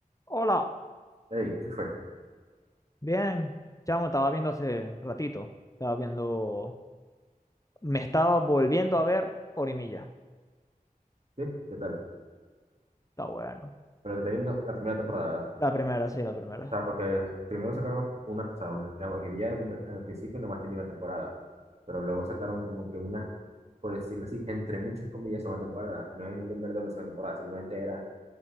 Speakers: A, on the left; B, on the right.
A: Hola,
B: Hey, ¿qué fue?
A: bien, chamo, estaba viendo hace ratito, estaba viendo, me estaba volviendo a ver Orimilla,
B: ¿Sí? ¿Qué tal?
A: está bueno,
B: Pero te estoy viendo la primera temporada, ¿verdad?
A: la primera, sí, la primera.
B: O sea, porque primero sacaron una, o sea, una, la Orquídea en, en el principio nomás tenía una temporada, pero luego sacaron como que una, por decirlo así, entre muchas comillas, una temporada. No es en verdad una sola temporada, simplemente era